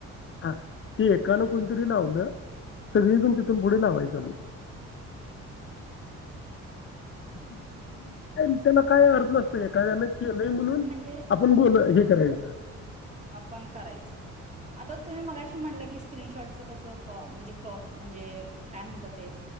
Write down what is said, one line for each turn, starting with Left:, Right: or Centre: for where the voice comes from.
Left: हा ते एकालां कोणतरी लावलं सगळीजण तिथून पुढे लावायचं. <inaudible> तर त्याला काय अर्थ नसतो, एखाद्यान केलंय म्हणून
Right: म्हणजे
Left: आपण बोलाय हे करायचा.
Right: आपण करायचं. आता तुम्ही मगाशी म्हणला की स्क्रीनशॉटच कसं क म्हणजे क्रॉप म्हणजे काय म्हणतात. ते